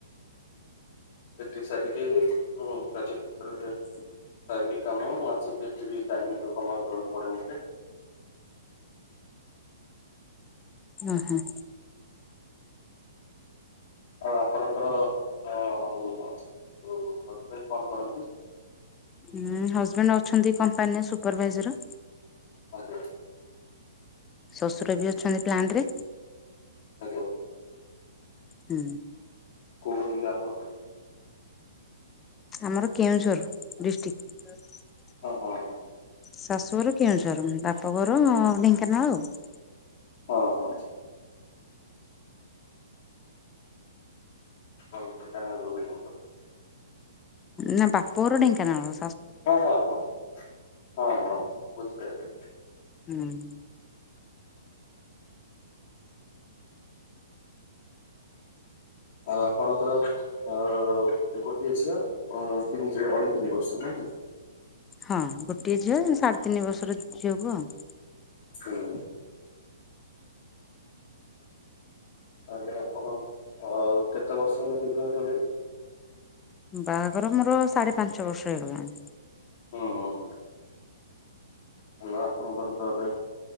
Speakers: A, on the left; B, on the left.
A: ଏଠି ସାରିକିବି ମୁଁ କାର୍ଯ୍ୟକ୍ଷେତ୍ର ଯାଏ। ସାରିକି କାମଁ ଆସିକି ଏଠି ଟାଇମ୍ ଦେବାକୁ ପଡେ ମୋତେ।
B: ଉଁ ହୁଁ।
A: ଆଉ ଆପଣଙ୍କର ହଜବେଣ୍ଡ କଣ କରନ୍ତି?
B: ହଁ ହଜବେଣ୍ଡ ଅଛନ୍ତି କମ୍ପାନୀରେ ସୁପରଭାଇଜର।
A: ଓହୋ।
B: ଶଶୁର ବି ଅଛନ୍ତି ପ୍ଲାଣ୍ଟରେ।
A: ଆଜ୍ଞା।
B: ହୁଁ।
A: କୋଉ ଜିଲ୍ଲା ଆପଣଙ୍କର?
B: ଆମର କେଉଁଝର ଡିଷ୍ଟ୍ରିକ୍ଟ। <inaudible>
A: ଓହୋ।
B: ଶାଶୁଘର କେଉଝର ବାପଘର ଢେଙ୍କାନାଳ ଆଉ।
A: ଓହୋ। ଓହୋ କାହିଁକି ନା ଆଳୁ ବିଲିଂ କରୁ।
B: ନା ବାପାଘର ଢେଙ୍କାନଳ।
A: ହଁ ହଁ ହଁ ହଁ ହଁ ହଁ ବୁଝିପାରିଲି।
B: ହୁଁ।
A: ଆଉ ଆପଣଙ୍କର ଅ ଗୋଟିଏ ଝିଅ ଅ ତିନି ଅଢେଇ ତିନି ବର୍ଷ ନାଇଁ କି?
B: ହଁ ଗୋଟିଏ ଝିଅ ସାଢେ ତିନି ବର୍ଷର ଝିଅକୁ ଆଉ।
A: ହଁ। ତାହେଲେ ଆପଣ କେତେ ବର୍ଷ ହେଲା ବିବାହ କଲେଣି?
B: ବାହାଘର ମୋର ସାଢେ ପାଞ୍ଚ ବର୍ଷ ହେଇଗଲାଣି।
A: ହୁଁ ହୁଁ ହୁଁ ହେଲ ଆପଣଙ୍କର ତ ଏବେ